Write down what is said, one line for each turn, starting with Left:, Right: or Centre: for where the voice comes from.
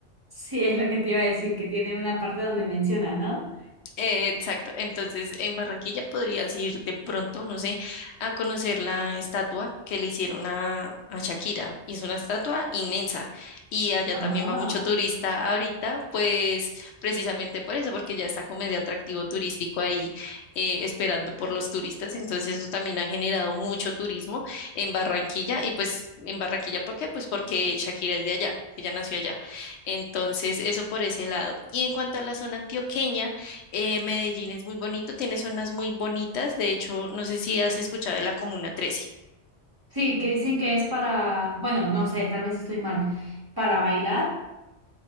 Right: Sí, es lo que te iba a decir, que tiene una parte donde menciona, ¿no?
Left: Eh, Exacto, entonces en Barranquilla podrías ir de pronto, no sé, a conocer la estatua que le hicieron a, a Shakira. Y es una estatua inmensa y allá
Right: Ajá.
Left: también va mucho turista ahorita, pues precisamente por eso, porque ya está como ese atractivo turístico ahí eh, esperando por los turistas. Entonces eso también ha generado mucho turismo en Barranquilla y pues en Barranquilla, ¿por qué? Pues porque Shakira es de allá, ella nació allá. Entonces eso por ese lado. Y en cuanto a la zona antioqueña, eh, Medellín es muy bonito, tiene zonas muy bonitas. De hecho, no sé si has escuchado de la Comuna 13.
Right: Sí, que dicen que es para, bueno, no sé, tal vez estoy mal, para bailar.